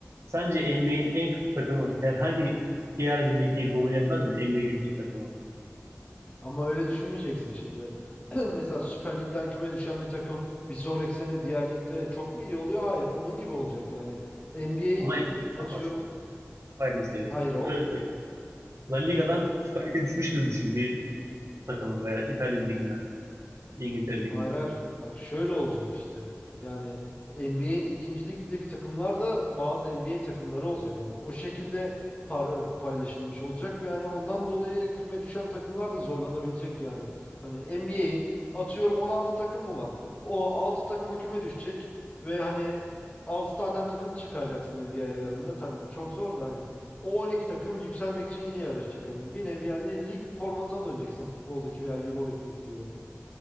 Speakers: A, on the right; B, on the left.
A: Sence NBA'in en kötü takımı herhangi bir diğer bir ligi domine etmez mi? NBA'in en kötü takımı.
B: Ama öyle düşünmeyeceksin şimdi. <clears throat> Mesela Süper Lig'den küme düşen bir takım bir sonraki sene diğer ligde çok mu iyi oluyor? Hayır. Onun gibi olacak yani. NBA'in
A: Ama NBA'den
B: atıyorum.
A: bahsediyorum. Ayrı bir seviye.
B: Hayır oğlum.
A: Şöyle söyleyeyim. La Liga'dan Süper Lig'e düşmüş gibi düşün. Bir takımı veya İtalya liginden, İngiltere liginden.
B: Hayır hayır. Bak şöyle olacak işte. Yani NBA'in ikinci ligindeki takımlar da bazı NBA takımları olacak. Hani o şekilde par- paylaşılmış olacak ve hani ondan dolayı küme düşen takımlar da zorlanabilecek yani. Hani NBA'in atıyorum 16 takım mı var? O 6 takıma küme düşecek ve hani 6 tane daha takım çıkaracaksın NBA ayarında. Tabii bu çok zor da hani o 12 takım yükselmek için yine yarışacak hani. Bir nevi yani lig formatına döneceksin futboldaki veya Euroleague'deki gibi.